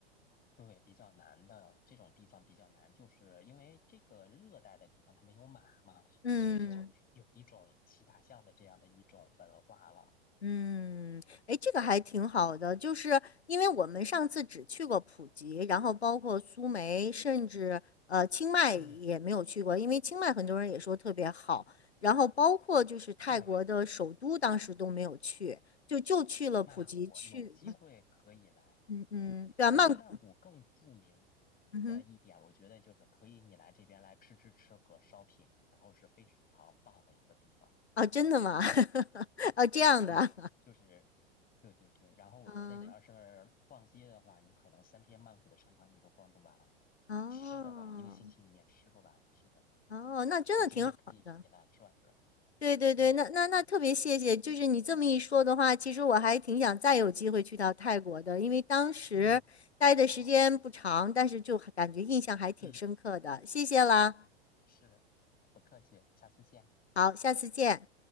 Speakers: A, on the left; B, on the left.
A: 对，比较难的这种地方比较难，就是因为这个热带的地方它没有马嘛，
B: 嗯。
A: 所以就有一种骑大象的这样的一种文化了。
B: 嗯，哎，这个还挺好的，就是因为我们上次只去过普吉，然后包括苏梅，甚至呃清迈也没有去过，
A: 嗯，
B: 因为清迈很多人也说特别好，然后包括就是泰国的首都，
A: 对，
B: 当时都没有去，就就去了普吉去，
A: 曼谷有机会可以来。
B: 嗯嗯，
A: 对，
B: 对啊，
A: 其实曼谷更著名
B: 曼谷，嗯哼，
A: 的一点，我觉得就是可以你来这边来吃吃吃和 shopping，然后是非常棒的一个地方。
B: 啊，真的吗？<laughs> 啊，这样的，
A: 对，就是对对对。然后我觉得你要是逛街的话，
B: 嗯，
A: 你可能三天曼谷的商场你都逛不完，
B: 哦
A: 吃的话一个星期你也吃不完。是的，
B: 哦，那真的挺好。
A: 有机会可以来转转。
B: 的。对对对，
A: 嗯
B: 那那那特别谢谢，就是你这么一说的话，其实我还挺想再有机会去到泰国的，因为当时待的时间不长，
A: 嗯，好，
B: 但是就感觉印象还挺深刻的。
A: 嗯，
B: 谢谢了，
A: 是，不客气，下次见。
B: 好，下次见。